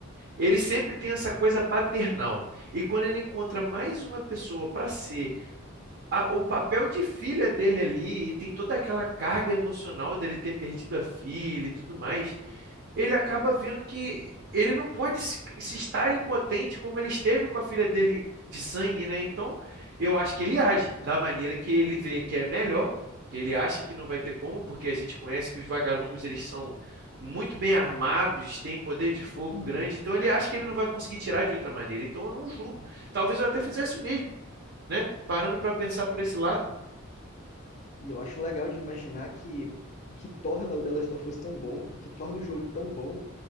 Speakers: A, on the right (about 55°); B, on the left (about 35°).
A: ele sempre tem essa coisa paternal. E quando ele encontra mais uma pessoa para ser a- o papel de filha dele ali, e tem toda aquela carga emocional dele ter perdido a filha e tudo mais, ele acaba vendo que ele não pode se, se estar impotente como ele esteve com a filha dele de sangue, né? Então, eu acho que ele age da maneira que ele vê que é melhor, que ele acha que não vai ter como, porque a gente conhece que os vagalumes, eles são muito bem armados, têm poder de fogo
B: Uhum,
A: grande, então ele acha que
B: uhum.
A: ele não vai conseguir tirar de outra maneira. Então, eu não julgo. Talvez eu até fizesse o mesmo né? Parando para pensar por esse lado.
B: E eu acho legal de imaginar que o que torna o The Last of Us tão bom, o que torna o jogo tão bom,